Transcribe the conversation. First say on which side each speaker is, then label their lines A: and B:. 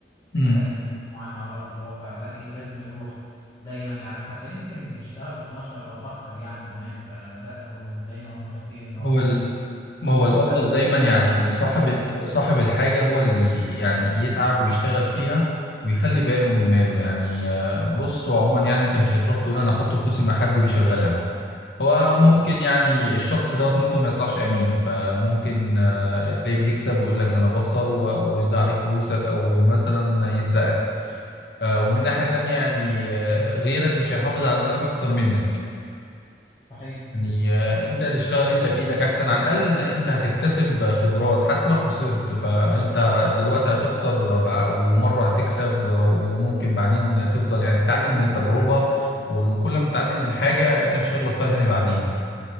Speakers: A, on the left; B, on the left.
A: أمم.
B: فاتح في مكان معين على ارض الواقع لا إيه، لازم يروح دايما يعني حتى يمكن يشتغل 12 او اكتر يعني كمان فلا هو مش زي ما هم فاكرين ان هو
A: هو
B: الموضوع
A: ال...
B: سهل
A: ما هو
B: او
A: الافضل
B: مثلا
A: دايما يعني
B: على
A: ان صاحب
B: اريح
A: ال- صاحب الحاجه هو اللي يعني يتعب ويشتغل فيها ويخلي باله من ماله يعني آه، بص هو عموما يعني انت مش هتروح تقول انا احط فلوسي مع حد ويشغلها هو
B: طبعا
A: ممكن يعني الشخص دوت ممكن ما يطلعش امين فممكن آه، تلاقيه بيكسب ويقول لك ده انا بخسر و- ويضيع عليك فلوسك او مثلا يسرقك آه، ومن ناحية تانية يعني آه، غيرك مش هيحافظ على مالك اكتر منك
B: صحيح
A: يعني آه،
B: صحيح
A: انت تشتغل انت بايدك احسن على الاقل انت هتكتسب خبرات حتى لو خسرت فانت دلوقتي هتخسر بع- ومرة هتكسب وممكن بعدين تفضل يعني تتعلم من التجربة وكل ما تتعلم من حاجة انت مش هتغلط فيها تاني بعدين